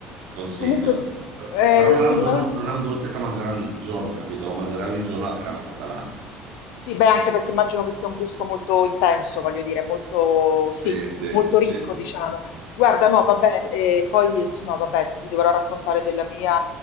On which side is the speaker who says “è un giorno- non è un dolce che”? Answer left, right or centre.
Right